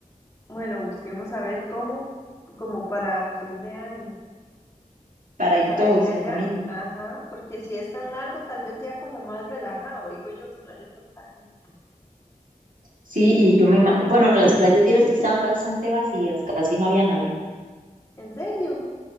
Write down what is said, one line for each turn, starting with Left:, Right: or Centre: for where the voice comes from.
Left: bueno, busquemos a ver cómo, como para fin de año.
Right: para ir
Left: Para
Right: todos
Left: ir allá,
Right: en familia.
Left: ajá, porque si es tan largo, tal vez sea como más relajado, digo yo, que no haya tanta gente.
Right: Sí, y yo me imagino, bueno, las playas vieras que estaban bastante vacías, casi no había nadie.
Left: ¿En serio?